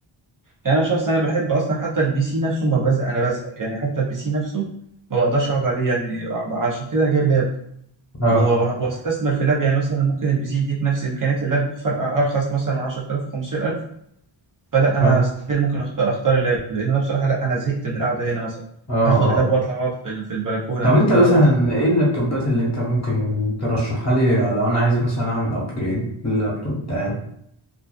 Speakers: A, on the right (about 40°); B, on the left (about 30°).
A: يعني انا شخص انا بحب اصلا حتى البي سي نفسه ما بزهق انا بزهق يعني حتى البي سي نفسه ما بقدرش اقعد عليه يعني عشان كده انا جايب لاب
B: اه
A: و- واستثمر في لاب يعني مثلا ممكن البي سي يديك نفس امكانيات اللاب بفرق ارخص مثلا 10000 15000 فلا
B: اه
A: انا ستيل ممكن اختار اختار اللاب لان انا بصراحه لا انا زهقت من القعده هنا مثلا
B: اه اه
A: فاخد اللاب واطلع اقعد في ال- في البلكونه
B: طب
A: اخد
B: انت مثلا
A: اللاب واطلع
B: ايه اللابتوبات اللي انت ممكن ترشحها لي لو انا عايز مثلا اعمل ابجريد لللابتوب بتاعي